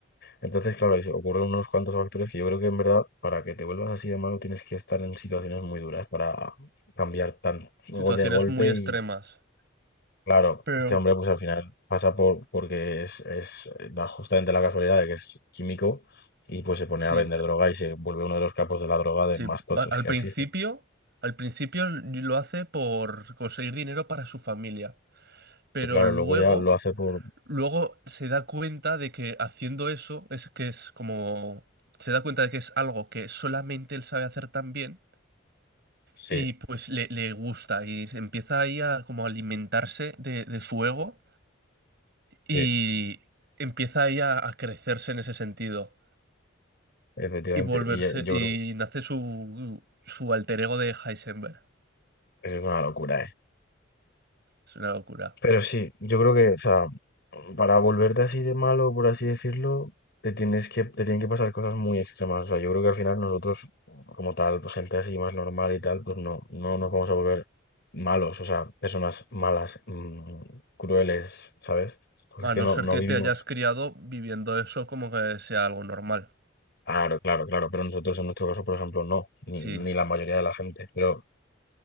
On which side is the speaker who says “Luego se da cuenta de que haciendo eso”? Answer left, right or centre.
Right